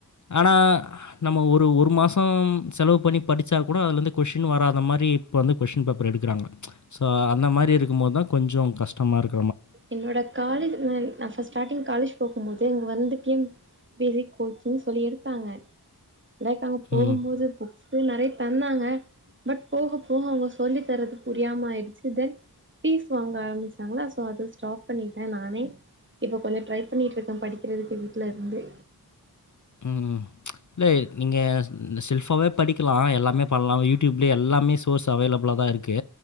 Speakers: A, on the left (about 50°); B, on the right (about 30°).
A: ஆனா நம்ம ஒரு ஒரு மாசோம் செலவு பண்ணி படிச்சா கூட அதுலந்து கொஷின் வராத மாரி இப்போ வந்து கொஷின் பேப்பர் எடுக்குறாங்க சோ அந்த மாரி இருக்கும்போது தா கொஞ்சோ கஷ்டமா இருக்
B: என்னோட காலேஜ் ம் நா ஃபர்ஸ்ட் ஸ்டார்டிங் காலேஜ் போகும் போது எங்க வந்துக்கேம் பேசிக் கோச்சிங் சொல்லி எடுத்தாங்க லைக் அங்க போகும்போது
A: ம்.
B: புக்ஸ் ம் நறைய தந்தாங்க பட் போக போக அவங்க சொல்லி தரது புரியாம ஆயிடுச்சு தென் ஃபீஸ் வாங்க ஆரம்மிச்டாங்களா சோ அது ஸ் ஸ்டாப் பண்ணிட்டே நானே இப்ப கொஞ்சோ ட்ரை பண்ணிட்ருக்க படிக்கிறதுக்கு வீட்ல இருந்து
A: ம் இல்ல நீங்க இந்த செல்ஃபாவே படிக்கிலா எல்லாமே பண்லா யூடியூப்லேயே எல்லாமே சோர்ஸ் அவைலபுளா தா இருக்கு